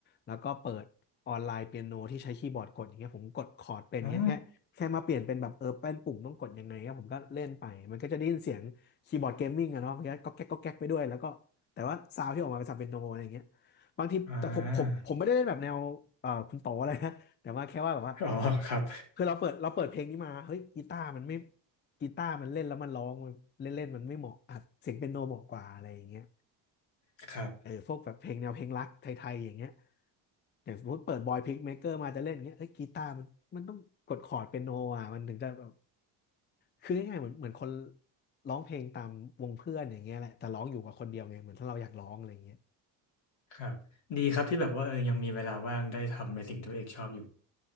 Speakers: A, on the left (about 25°); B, on the left (about 65°).
A: แล้วก็เปิดออนไลน์เปียโนที่ใช้คีย์บอร์ดกดอย่างเงี้ยผมกดคอร์ดเป็นอย่างเงี้ยแค่แค่มาเปลี่ยนเป็นแบบเออเป็นปุ่มต้องกดยังไงครับผมก็เล่นไปมันก็จะได้ยินเสียงคีย์บอร์ดเกมมิ่งอะเนาะมันก็ก็แก๊กก็แก๊กไปด้วยแล้วก็แต่ว่าซาวด์ที่ออกมาเป็นซาวด์เปียโนอะไรอย่างเงี้ย
B: อ๋อ
A: บางทีแต่ผมผมผมไม่ได้เล่นแบบแนวเอ่อคุณโตอะไรนะ
B: อ่า
A: แต่ว่าแค่ว่าแบบว่า
B: อ๋อครับ
A: คือเราเปิดเราเปิดเพลงนี้มาเฮ้ยกีตาร์มันไม่กีตาร์มันเล่นแล้วมันร้องมันเล่นเล่นมันไม่เหมาะอัดเสียงเปียโนเหมาะกว่าอะไรอย่างเงี้ย
B: <laughs> ครับ
A: เออพวกแบบเพลงแนวเพลงรักไทยๆอย่างเงี้ยอย่างสมมติเปิดบอยพิกเมเกอร์มาจะเล่นอย่างเงี้ยเฮ้ยกีตาร์มันมันต้องกดคอร์ดเปียโนอ่ะมันถึงจะแบบคือง่ายๆเหมือนเหมือนคนร้องเพลงตามวงเพื่อนอย่างเงี้ยแหละแต่ร้องอยู่กับคนเดียวไงเหมือนถ้าเราอยากร้องอะไรอย่างเงี้ย
B: ครับดีครับที่แบบว่าเออยังมีเวลาว่างได้ทำในสิ่งที่ตัวเองชอบอยู่